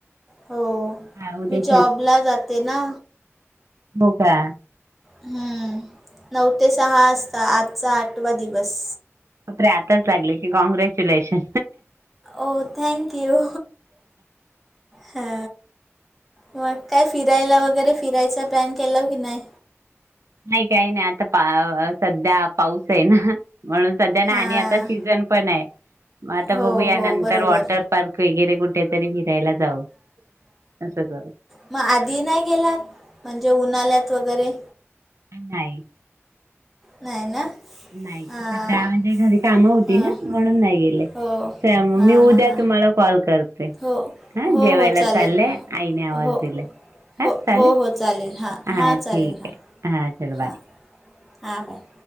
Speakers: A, in the centre; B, on the right (about 75°).
A: हो.
B: हा उद्या
A: मी जॉबला जाते ना
B: बो क्या
A: हम्म, नऊ ते सहा असता. आजचा आठवा दिवस
B: बापरे! आताच लागले की, कॉंग्रॅच्युलेशन
A: ओ, थँँक यू. हा मग काय फिरायला वगैरे, फिरायचा प्लॅन केलाव की नाय?
B: नाय काय नाय. आता पा सध्या पाऊस हाय ना, म्हणून सध्या ना,
A: हां
B: आणि आता सीझन पण ये. म आता
A: हो
B: बघू या
A: हो
B: नंतर
A: बरोबर
B: वॉटर पार्क वगैरे कुठं कुठेतरी फिरायला जाऊ, असं करू.
A: म, आधी नाय गेलात, म्हणजे उन्हाल्यात वगैरे
B: हं, नाही.
A: नाय ना?
B: नाही.
A: हां
B: सध्या म्हणजे घरी कामं होती
A: हां
B: ना, म्हणून नाही गेले.
A: हो
B: चया म,
A: हां
B: मी उद्या
A: हां हां
B: तुम्हाला कॉल कर ते,
A: हो
B: हं,
A: हो
B: जेवायला
A: हो चालेल
B: चालले, आईने आवाज
A: हो
B: दिलाय. ह
A: हो
B: चालेल,
A: हो हो चालेल हां
B: हा
A: हां
B: ठीक
A: चालेल हां
B: हाय, हा चल बाय
A: हां हां बाय